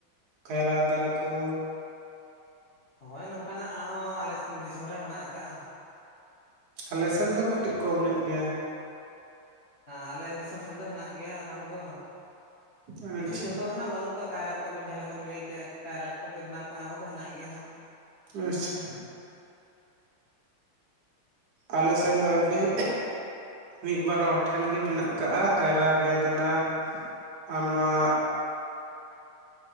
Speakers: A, on the right (about 55°); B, on the left (about 45°).
A: ᱠᱟᱭᱨᱟ ᱫᱟᱨᱮ ᱠᱩ᱾
B: ᱦᱳᱭ ᱱᱚᱝᱠᱟᱱᱟᱜ ᱦᱚᱸ ᱟᱞᱮ ᱫᱤᱥᱚᱢ ᱨᱮ ᱢᱮᱱᱟᱜ ᱟᱠᱟᱜᱼᱟ᱾
A: ᱟᱞᱮ ᱥᱮᱱ ᱫᱚ ᱠᱟᱹᱴᱤᱡ ᱠᱚᱢ ᱧᱚᱜ ᱜᱮᱭᱟ᱾
B: ᱟᱞᱮ ᱫᱤᱥᱚᱢ ᱥᱮᱱ ᱫᱚ ᱦᱮᱱᱟᱜ ᱜᱮᱭᱟ ᱚᱱᱟ ᱠᱚᱫᱚ
A: ᱟᱪᱪᱷᱟ
B: ᱠᱤᱪᱷᱩ ᱡᱷᱚᱛᱚ ᱫᱚ ᱟᱸᱱᱟᱜ ᱵᱟᱹᱱᱩᱜ ᱠᱟᱜ᱾ ᱠᱟᱭᱨᱟ ᱠᱚ ᱟᱵᱤᱱ ᱡᱟᱦᱟᱸ ᱞᱮᱠᱟ ᱵᱤᱱ ᱞᱟᱹᱭᱠᱼᱟ ᱠᱟᱭᱨᱟ ᱠᱚ ᱵᱮᱮᱫᱱᱟ ᱠᱚ ᱚᱱᱟ ᱠᱚᱫᱚ ᱦᱮᱱᱟᱜ ᱜᱮᱭᱟ ᱦᱟᱜ᱾
A: ᱟᱪᱪᱷᱟ᱾ ᱟᱞᱮ ᱥᱮ ᱫᱚ ᱟᱹᱰᱤ᱾ ᱢᱤ ᱵᱟᱨ ᱦᱚᱲ ᱴᱷᱮᱱ ᱜᱮ ᱢᱮᱱᱟᱜ ᱠᱟᱜᱼᱟ ᱠᱟᱭᱨᱟ, ᱵᱮᱫᱱᱟ ᱟᱨ ᱱᱚᱣᱟ᱾